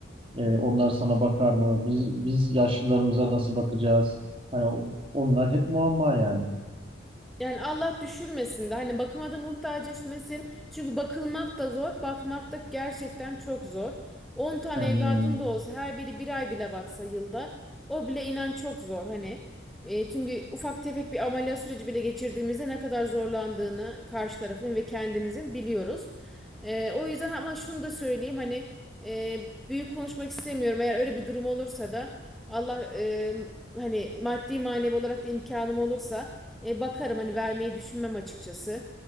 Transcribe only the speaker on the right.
ee, onlar sana bakar mı? Biz biz yaşlılarımıza nasıl bakacağız? Hani o- onlar hep muamma yani.
Yani